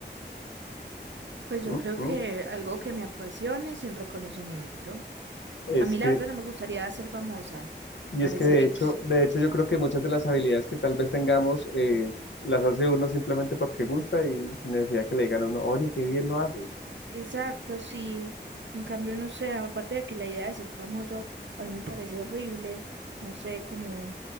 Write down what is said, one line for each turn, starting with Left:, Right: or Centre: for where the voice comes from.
Right: Pues yo
Left: Mm,
Right: creo
Left: mm.
Right: que algo que me apasione sin reconocimiento.
Left: Es
Right: A mí
Left: que,
Right: la verdad no me gustaría ser famosa.
Left: y
Right: Parece
Left: es que de hecho, de hecho yo creo que muchas de las habilidades que tal vez tengamos eh, las hace uno simplemente porque gusta y sin necesidad que le digan a uno, oye, qué bien lo haces,
Right: exacto, sí. En cambio, no sé, aparte de que la idea de ser famoso a mí me parece horrible, no sé, como,